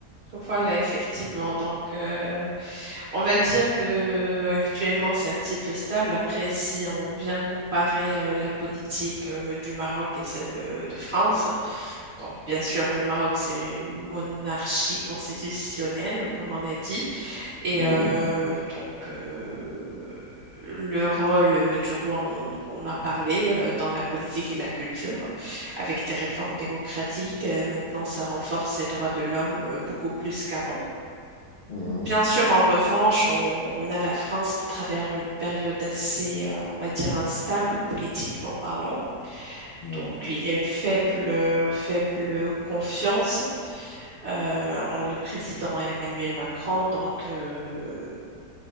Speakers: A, on the right (about 60°); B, on the left (about 70°).
A: Voilà, effectivement. Donc, euh, on va dire que actuellement c'est un petit peu stable. Après, si on vient comparer euh, la politique euh, du Maroc et celle euh, de France, donc, bien sûr, le Maroc, c'est une monarchie constitutionnelle, comme on a dit. Et
B: Ouais.
A: euh, donc, euh, le rôle du roi, on, on a parlé euh, dans la politique et la culture, avec des réformes démocratiques. euh, maintenant, ça renforce les droits de l'homme euh, beaucoup plus qu'avant.
B: Mhm.
A: Bien sûr, en revanche, on, on a la France qui traverse une période assez, euh, on va dire, instable politiquement parlant.
B: Ouais.
A: Donc, il y a une faible, euh, faible confiance euh, en le président Emmanuel Macron. Donc, euh,